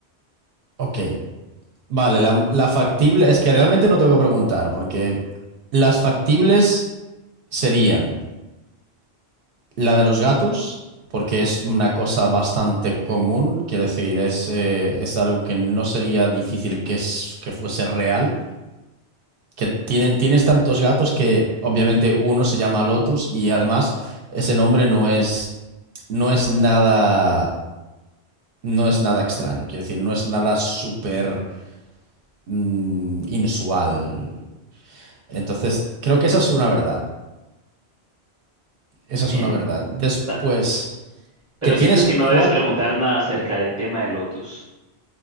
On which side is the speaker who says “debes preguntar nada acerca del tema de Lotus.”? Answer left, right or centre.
Right